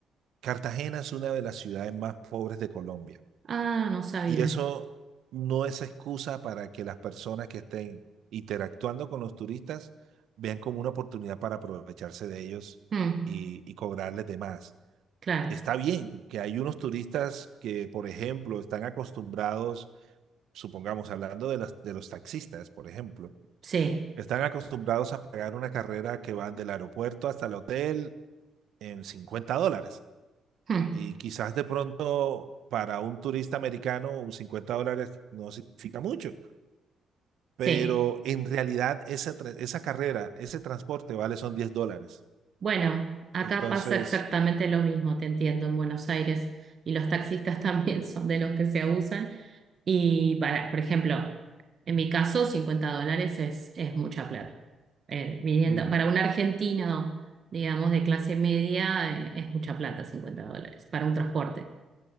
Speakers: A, on the right (about 75°); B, on the right (about 50°).
A: Cartagena es una de las ciudades más pobres de Colombia
B: Ah, no sabía.
A: y eso no es excusa para que las personas que estén interactuando con los turistas vean como una oportunidad para aprovecharse de ellos
B: Mm,
A: y, y cobrarles de más.
B: claro,
A: está bien que hay unos turistas que, por ejemplo, están acostumbrados, supongamos, hablando de, las, de los taxistas, por ejemplo,
B: sí.
A: están acostumbrados a pagar una carrera que van del aeropuerto hasta el hotel en 50 dólares.
B: Mm,
A: Y quizás de pronto para un turista americano un 50 dólares no significa mucho, pero
B: sí.
A: en realidad esa, tra- esa carrera, ese transporte vale son 10 dólares.
B: Bueno, acá
A: Entonces,
B: pasa exactamente lo mismo, te entiendo, en Buenos Aires. Y los taxistas <laughs> también son de los que se abusan. Y para, por ejemplo, en mi caso, 50 dólares es, es mucha plata. Eh, viniendo,
A: uh -huh,
B: para un argentino, digamos, de clase media, eh, es mucha plata, 50 dólares, para un transporte.